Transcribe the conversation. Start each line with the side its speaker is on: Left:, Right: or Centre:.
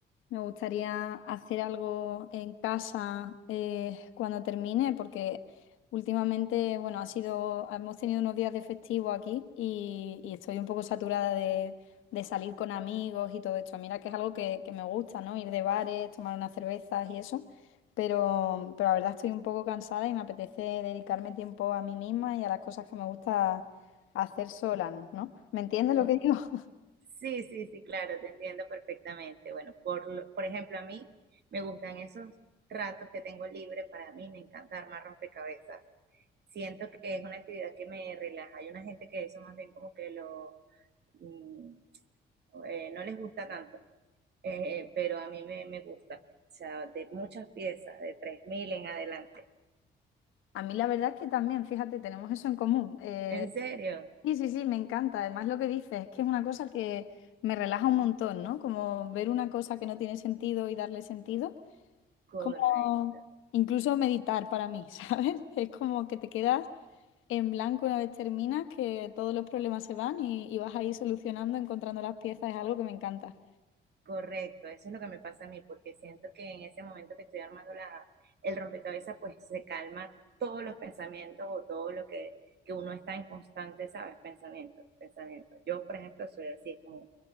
Left: me gustaría hacer algo en casa eh, cuando termine, porque últimamente, bueno, ha sido, hemos tenido unos días de festivo aquí y, y estoy un poco saturada de, de salir con amigos y todo esto. Mira que es algo que, que me gusta, ¿no? Ir de bares, tomar unas cervezas y eso, pero, pero la verdad estoy un poco cansada y me apetece dedicarme tiempo a mí misma y a las cosas que me gusta Hacer Solan, ¿no? ¿Me entiendes lo
Right: Ok.
Left: que digo? <laughs>
Right: Sí, sí, sí, claro, te entiendo perfectamente. Bueno, por, lo- por ejemplo, a mí me gustan esos ratos que tengo libre para mí, me encanta armar rompecabezas. Siento que es una actividad que me relaja. Hay una gente que eso más bien como que lo, mm, eh, no les gusta tanto. Eh, pero a mí me, me gusta, o sea, de muchas piezas, de 3.000 en adelante.
Left: A mí la verdad es que también, fíjate, tenemos eso en común. Eh,
Right: ¿En serio?
Left: sí, sí, sí, me encanta. Además lo que dices es que es una cosa que me relaja un montón, ¿no? Como ver una cosa que no tiene sentido y darle sentido.
Right: Correcto.
Left: Como incluso meditar para mí, <laughs> ¿sabes? Es como que te quedas en blanco una vez terminas, que todos los problemas se van y, y vas ahí solucionando, encontrando las piezas. Es algo que me encanta.
Right: Correcto, eso es lo que me pasa a mí, porque siento que en ese momento que estoy armando la, el rompecabezas, pues se calma todos los pensamientos o todo lo que, que uno está en constante, ¿sabes? Pensamiento, pensamiento. Yo, por ejemplo, soy así, es como,